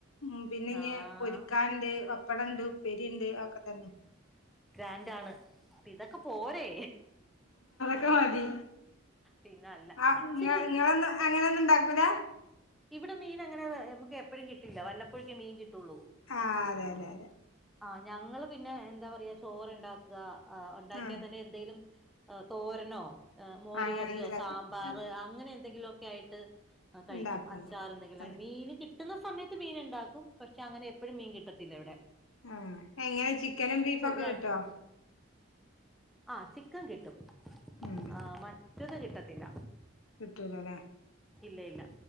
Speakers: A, on the left; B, in the centre.
A: ഉം പിന്നിനി
B: ആഹ്
A: പൊരിക്കാണ്ട് പപ്പടണ്ട് ഉപ്പേരിയിണ്ട് അതൊക്കെ തന്നെ
B: ഗ്രാന്റാണ് പിതൊക്കെ പോരെ
A: ക്കമതി
B: പിന്നെ അല്ല
A: ആ
B: ഇച്ചിരി
A: ഇങ്ങ ഇങ്ങളൊന്നും അങ്ങനെയൊന്നും ഇണ്ടാക്കൂല
B: ഇവിടെ മീൻ അങ്ങനെ നമുക്ക് എപ്പഴും കിട്ടില്ല വല്ലപ്പോഴക്കെ മീൻ കിട്ടുള്ളൂ
A: ആഹ് അതെ അതെ അതെ
B: ആ ഞങ്ങള് പിന്നെ എന്താ പറയാ ചോറ് ഇണ്ടാക്കുക ഒണ്ടാക്കിയാ
A: ആഹ്
B: തന്നെ എന്തേലും തോരനോ മോരുകറിയോ
A: അങ്ങനെന്തേലൊക്കെ
B: സാമ്പാറ് അങ്ങനെ എന്തെങ്കിലൊക്കെ ആയിട്ട് കഴിക്കും
A: ഉണ്ടാക്കുന്നു
B: അച്ചാറ് എന്തെങ്കിലും
A: അതെ
B: മീന് കിട്ടുന്ന സമേ ത്ത് മീന്ണ്ടാക്കും പക്ഷെ അങ്ങനെ എപ്പോഴും മീൻ കിട്ടത്തില്ല ഇവടെ
A: ആ എങ്ങനെ ചിക്കനും ബീഫൊക്കെ
B: രണ്ട്
A: കിട്ടുവോ
B: ആ ചിക്കൻ കിട്ടും
A: ഉം
B: ആ <unintelligible> കിട്ടത്തില്ല
A: കിട്ടൂലല്ലേ
B: ഇല്ല, ഇല്ല